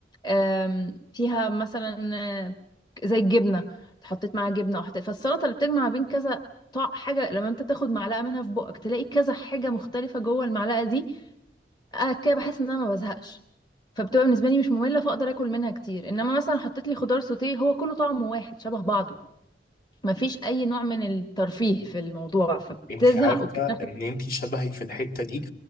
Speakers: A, on the left (about 25°); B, on the left (about 55°).
A: آم، فيها مثلا آه، زي الجبنه حطيت معاها جبنه او حطيت فالسلطه اللي بتجمع بين كذا طع- حاجه لما انت تاخد معلقه منها في بقك تلاقي كذا حاجه مختلفه جوه المعلقه دي آه كده بحس ان انا ما بزهقش فبتبقى بالنسبه لي مش ممله فاقدر اكل منها كتير انما مثلا حطيت لي خضار سوتيه هو كله طعمه واحد شبه بعضه ما فيش اي نوع من الترفيه في الموضوع فبتزهق
B: انت عارفه
A: وبتعرف
B: ان انت شبهي في الحته دي